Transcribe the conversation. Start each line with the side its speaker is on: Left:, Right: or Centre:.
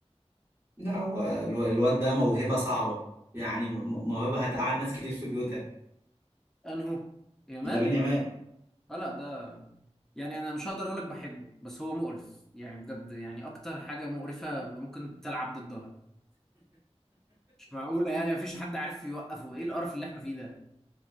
Right: لا هو الو- الواد ده موهبه صعبه يعني م- م- موهبه هتقعد ناس كتير في بيوتها
Centre: انهو يامال
Right: لامين يامال
Centre: اه لا ده يعني انا مش هقدر اقولك بحبه بس هو مقرف يعني بجد يعني اكتر حاجة مقرفة ممكن تلعب ضدها مش معقولة يعني مفيش حد عارف يوقفه ايه القرف اللي احنا فيه ده